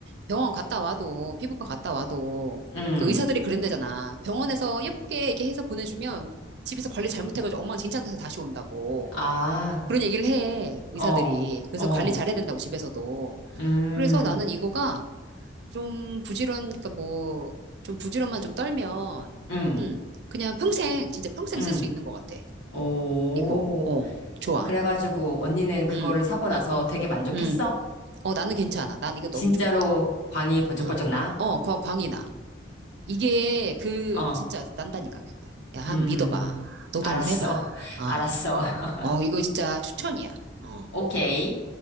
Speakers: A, on the right (about 60°); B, on the left (about 75°).
A: 병원 갔다 와도 피부과 갔다 와도
B: 음.
A: 그 의사들이 그런대잖아. 병원에서 예쁘게 이렇게 해서 보내주면 집에서 관리 잘못해가지고 엉망진창돼서 다시 온다고
B: 아.
A: 그런 얘기를 해 의사들이.
B: 어.
A: 그래서
B: 어.
A: 관리 잘해야 된다고 집에서도.
B: 음,
A: 그래서 나는 이거가 좀 부지런 그러니까 뭐 좀 부지런만 좀 떨면
B: 음,
A: 음 그냥 평생 진짜 평생
B: 음.
A: 쓸 수 있는 것 같아.
B: 오.
A: 이거 어 좋아.
B: 그래가지고 언니는 그거를
A: 음,
B: 사고 나서 되게 만족했어?
A: 음. 어, 나는 괜찮아. 난 이거 너무
B: 진짜로
A: 좋아.
B: 광이 번쩍번쩍
A: 어,
B: 나?
A: 어, 광, 광이 나. 이게 그
B: 어,
A: 진짜 난다니까. 그니까. 야, 한번
B: 음,
A: 믿어봐. 너도
B: 알았어.
A: 한번 해봐. 어,
B: <laughs> 알았어. <laughs>
A: 어, 이거 진짜 추천이야. 어.
B: 오케이.